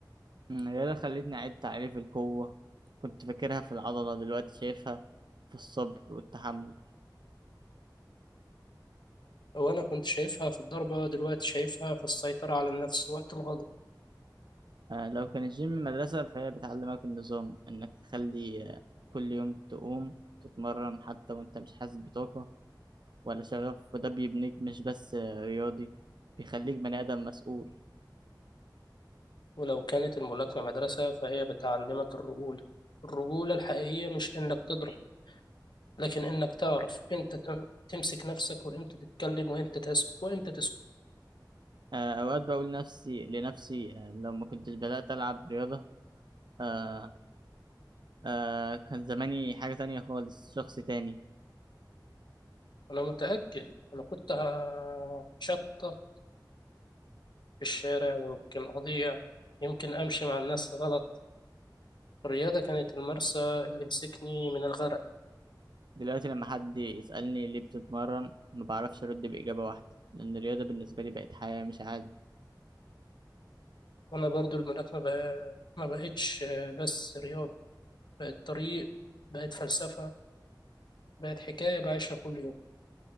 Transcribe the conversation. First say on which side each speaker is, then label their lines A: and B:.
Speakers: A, on the right; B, on the left.
A: أمم، الرياضة خلتني أعيد تعريف القوة كنت فاكرها في العضلة دلوقتي شايفها في الصبر والتحمل
B: وأنا كنت شايفها في الضربة دلوقتي شايفها في السيطرة على النفس وقت الغضب
A: آه، لو كان الجيم مدرسة فهي بتعلمك النظام إنك تخلي آه، كل يوم تقوم تتمرن حتى وإنت مش حاسس بطاقة ولا شغف وده بيبنيك مش بس آه، رياضي بيخليك بني آدم مسؤول
B: ولو كانت الملاكمة مدرسة فهي بتعلمك الرجولة الرجولة الحقيقية مش إنك تضرب لكن انك تعرف امتى ت- تمسك نفسك وامتى تتكلم وامتى تسكت وامتى تسكت
A: آه، أوقات بقول نفسي لنفسي آه، لو ما كنتش بدأت ألعب رياضة آه آه كان زماني حاجة تانية خالص شخص تاني
B: انا متأكد انا كنت هشطب في الشارع يمكن اضيع يمكن امشي مع الناس غلط الرياضة كانت المرسى اللي مسكني من الغرق
A: دلوقتي لما حد يسألني ليه بتتمرن ما بعرفش أرد بإجابة واحدة لأن الرياضة بالنسبة لي بقت حياة مش عادة
B: وانا برضو الملاكمة بقى- ما بقتش بس رياضة بقت طريق بقت فلسفة بقت حكاية بعيشها كل يوم